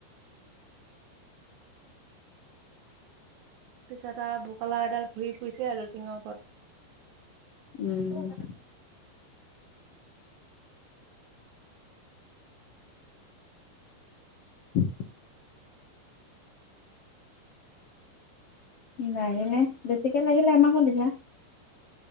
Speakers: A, on the right (about 85°); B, on the left (about 55°).
A: পিছত আৰ বকলা এডাল ঘূৰি ফুৰিছে আৰু টিঙৰ ওপৰত।
B: উম <inaudible> <inaudible> লাগিলে বেছিকে লাগিলে আমাকো দিবা।